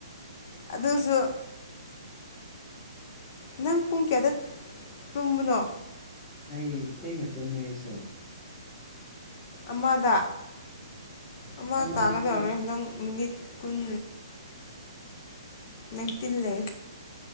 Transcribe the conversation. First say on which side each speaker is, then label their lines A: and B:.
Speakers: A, on the left; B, on the left.
A: ꯑꯗꯨꯁꯨ ꯅꯪ ꯄꯨꯡ ꯀꯌꯥꯗ ꯇꯨꯝꯕꯅꯣ
B: ꯑꯩ ꯊꯩꯅꯦ ꯇ ꯃꯁꯨꯣ
A: ꯑꯃꯗ ꯑꯃ
B: ꯑꯃꯗ
A: ꯇꯥꯒꯗꯧꯔꯔꯣꯏ
B: ꯇꯨꯝ
A: ꯅꯪ ꯃꯤꯅꯤꯠ ꯀꯨꯟ ꯅꯪ ꯇꯤꯜꯂꯦ